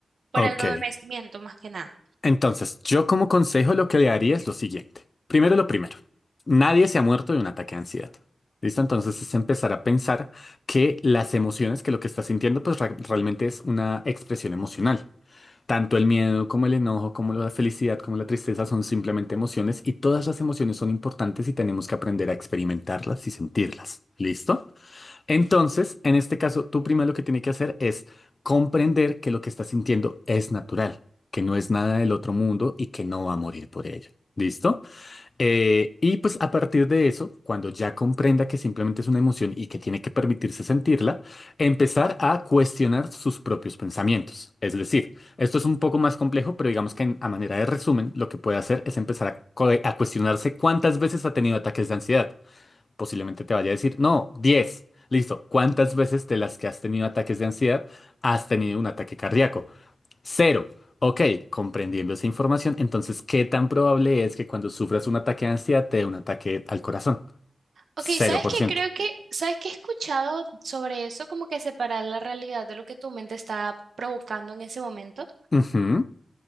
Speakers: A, on the right; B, on the left.
A: por
B: Ok.
A: el adormecimiento más que nada.
B: Entonces, yo como consejo lo que le haría es lo siguiente. Primero lo primero, nadie se ha muerto de un ataque de ansiedad. ¿Listo? Entonces es empezar a pensar que las emociones, que lo que estás sintiendo, pues ra- realmente es una expresión emocional. Tanto el miedo como el enojo, como la felicidad, como la tristeza son simplemente emociones y todas las emociones son importantes y tenemos que aprender a experimentarlas y sentirlas. ¿Listo? Entonces, en este caso, tú primero lo que tiene que hacer es comprender que lo que estás sintiendo es natural, que no es nada del otro mundo y que no va a morir por ello. ¿Listo? Eh, y pues a partir de eso, cuando ya comprenda que simplemente es una emoción y que tiene que permitirse sentirla, empezar a cuestionar sus propios pensamientos. Es decir, esto es un poco más complejo, pero digamos que en- a manera de resumen, lo que puede hacer es empezar a co- a cuestionarse cuántas veces ha tenido ataques de ansiedad posiblemente te vaya a decir, no, diez Listo. ¿Cuántas veces de las que has tenido ataques de ansiedad has tenido un ataque cardíaco? Cero. Ok, comprendiendo esa información, entonces, ¿qué tan probable es que cuando sufras un ataque de ansiedad te dé un ataque al corazón?
A: Ok,
B: 0%.
A: ¿sabes qué? Creo que, ¿sabes qué he escuchado sobre eso? Como que separar la realidad de lo que tu mente está provocando en ese momento.
B: Ujú,